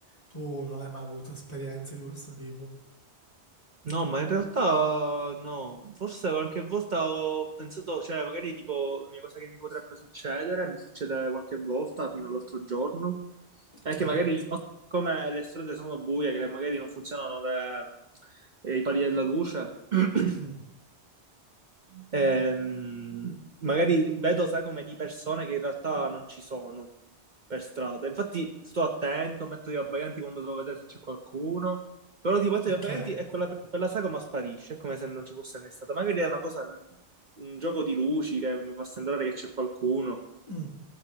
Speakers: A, on the left (about 35°); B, on the right (about 45°).
A: tu non hai mai avuto esperienze di questo tipo?
B: No, ma in realtà no, forse qualche volta ho pensato, cioè magari tipo l'unica cosa che mi potrebbe succedere, mi succede qualche volta fino all'altro giorno, è
A: Ok.
B: che magari di notte, come le strade sono buie, che magari non funzionano le- eh, i pali della luce, <clears throat>
A: Mm.
B: Ehm, magari vedo sagome di persone che in realtà non ci sono per strada. Infatti sto attento, metto gli abbaglianti quando devo vedere se c'è qualcuno. Però tipo metto
A: Ok.
B: gli abbaglianti e quella, quella sagoma sparisce, è come se non ci fosse mai stata. Magari è una cosa, un gioco di luci che mi fa sembrare che c'è qualcuno.
A: Mm.